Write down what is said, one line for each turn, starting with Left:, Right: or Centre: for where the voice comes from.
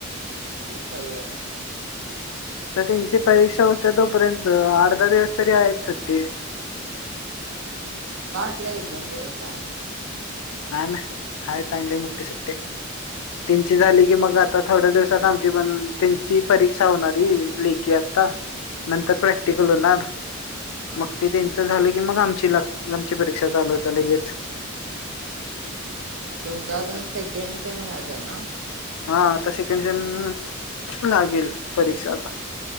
Right: किती दिवासाची हाय.
Left: तर त्यांची परीक्षा होत्या. तोपर्यंत आठ- दहा दिवस तरी आहेच सुुट्टी.
Right: हा मला वाटलं एक दोन दिवस हाय.
Left: काय नाही हाय चांगली मोठी सुट्टी. त्यांची झाली की मग आता थोड्या दिवसात आमची पण. त्यांची परीक्षा होणारी लेखी आता. नंतर
Right: हा
Left: प्रॅक्टिकल होणार
Right: हा
Left: मग ते त्यांच झाल की. कि मग आमची. आमची परीक्षा चालू होत्या लगेच.
Right: हा. हा तुमचा
Left: असं.
Right: अजून सेकंड से व्हायचा ना.
Left: हा आता सेकंड सेम लागेल परीक्षा आता.